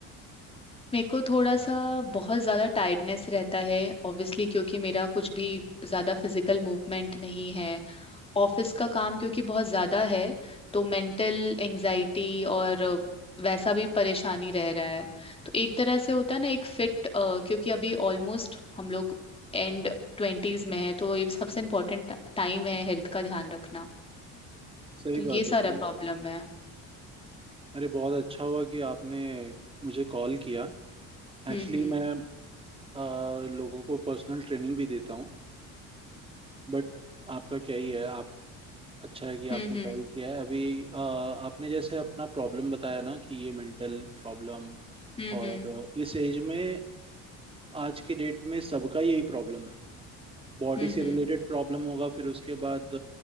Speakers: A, on the left; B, on the right.
A: मेरे को थोड़ा सा बहुत ज़्यादा टायर्डनेस रहता है ऑब्वियसली क्योंकि मेरा कुछ भी ज़्यादा फिजिकल मूवमेंट नहीं है ऑफिस का काम क्योंकि बहुत ज़्यादा है तो मेंटल एंजाइटी और वैसा भी परेशानी रह रहा है तो एक तरह से होता है ना एक फिट क्योंकि अभी ऑलमोस्ट हम लोग एंड ट्वेंटीज में है तो ये सबसे
B: हम्म,
A: इम्पोर्टेंट टाइम है हेल्थ का ध्यान रखना
B: सही
A: तो ये
B: बात
A: सारा
B: है सही
A: प्रॉब्लम
B: बात है
A: है
B: अरे बहुत अच्छा हुआ कि आपने मुझे कॉल किया
A: हम्म
B: एक्चुअली
A: हम्म
B: मैं अ, लोगों को पर्सनल ट्रेनिंग भी देता हूँ बट आपका क्या ही है आप अच्छा है कि
A: हम्म
B: आपने कॉल किया है अभी अ, आपने जैसे अपना प्रॉब्लम बताया ना कि ये मेंटल प्रॉब्लम
A: हम्म
B: और
A: हम्म हम्म
B: इस एज में आज के डेट में सबका यही प्रॉब्लम है बॉडी
A: हम्म
B: से
A: हम्म
B: रिलेटेड प्रॉब्लम होगा फिर उसके बाद